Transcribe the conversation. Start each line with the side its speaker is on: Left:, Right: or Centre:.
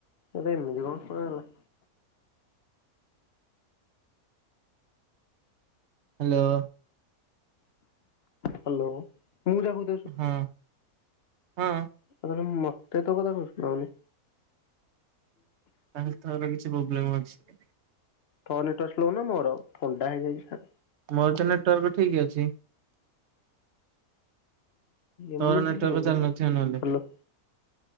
Left: ଆରେ ଏମିତି କଣ ଶୁଣା ହେଲା।
Right: ହ୍ୟାଲୋ।
Left: ହ୍ୟାଲୋ ମୁଁ ଯା କହୁଛି
Right: ହଁ ହଁ।
Left: ଆଉ ତାହେଲେ ମତେ ତୋ କଥା କଣ ଶୁଣା ଯାଉନି।
Right: ତାହେଲେ ତୋର କିଛି ପ୍ରୋବ୍ଲେମ ଅଛି।
Left: ତୋ ନେଟୱାର୍କ ସ୍ଲୋ ନା ମୋର? ଥଣ୍ଡା ହେଇଯାଇଛି ତ।
Right: ମୋର ତ ନେଟୱାର୍କ ଠିକ ଅଛି।
Left: ଏମିତି
Right: ତୋର ନେଟୱାର୍କ
Left: ହେଲେ
Right: ଚାଲି
Left: ହାଲୋ
Right: ନଥିବ ନହେଲେ।